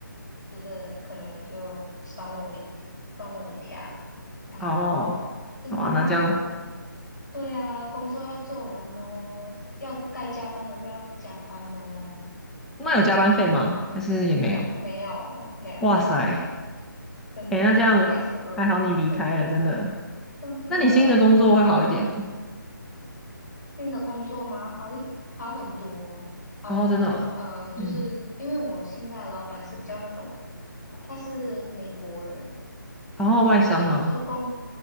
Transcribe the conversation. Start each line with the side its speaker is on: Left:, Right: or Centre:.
Left: 就是可能就酸我一酸我一下，然后
Centre: 哦，
Left: 就是工作，
Centre: 哇，那这样。
Left: 对啊，工作要做完哦，要该加班的就要加班哦，
Centre: 那有加班费吗？还是也没有？
Left: 没有没有，
Centre: 哇塞，
Left: 真的太扯了吧，
Centre: 哎，那这样子还好你离开了，
Left: 真的
Centre: 真的。
Left: 真的，
Centre: 那你新的工作会好一点吗？
Left: 然后八卦。新的工作吗？好一好很多哦，好很多。
Centre: 哦，真的哦，
Left: 呃，就是因为我现在的老板是比较那种，
Centre: 嗯，
Left: 呃他是美国人，
Centre: 然后外商吗？
Left: 所以就是工，